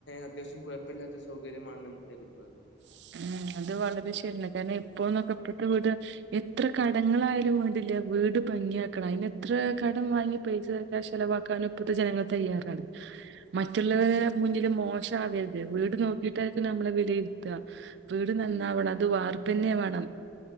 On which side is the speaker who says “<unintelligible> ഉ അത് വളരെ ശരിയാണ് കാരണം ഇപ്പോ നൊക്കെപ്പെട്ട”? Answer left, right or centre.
Right